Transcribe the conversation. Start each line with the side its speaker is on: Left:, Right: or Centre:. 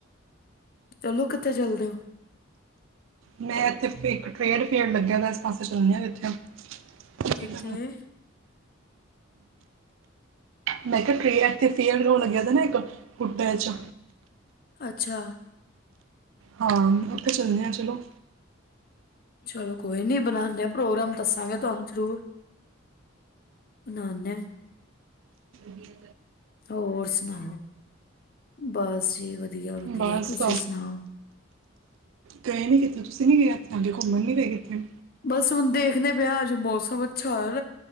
Left: ਚਲੋ ਕਿੱਥੇ ਚਲਦੇ ਹੋ
Right: ਮੈਂ ਇੱਥੇ ਇੱਕ ਟ੍ਰੇਡ ਪੇਡ ਲੱਗਿਆ ਤਾਂ ਇਸ ਪਾਸੇ ਚਦੀ ਹ ਜਿੱਥੇ ਠੀਕ
Left: ਕਿੱਥੇ
Right: ਮੈਂ ਕਿਹਾ ਟੇਅਰ ਤੇ ਫੇਅਰ ਲੱਗਿਆ ਨਾ ਇੱਕ ਹੁੱਟ ਚ
Left: ਅੱਛਾ
Right: ਹਾਂ ਉੱਥੇ ਚੱਲਦੇ ਹ ਚਲੋ
Left: ਚਲੋ ਕੋਈ ਨੀ ਬਣਾਦੇ ਆ ਪ੍ਰੋਗਰਾਮ ਦੱਸਾਂਗੇ ਤੁਾਨ ਜ਼ਰੂਰ ਬਨਾਉਂਦੇ
Right: ਵੀਆ
Left: ਹੋਰ ਸੁਣਾਓ ਬਸ ਜੀ ਵਧੀਆ ਵਧੀਆ
Right: ਬਸ
Left: ਤੁਸੀਂ ਸੁਣਾਓ
Right: ਗਏ ਨਹੀਂ ਕਿਤੇ ਤੁਸੀਂ ਨਹੀਂ ਗਏ ਇੱਥੇ ਅੱਗੇ ਘੁੰਮਣ ਨੀ ਰਏ ਕਿੱਥੇ
Left: ਬਸ ਹੁਣ ਦੇਖਦੇ ਵਿਆਜ ਮੌਸਮ ਅੱਛਾਰ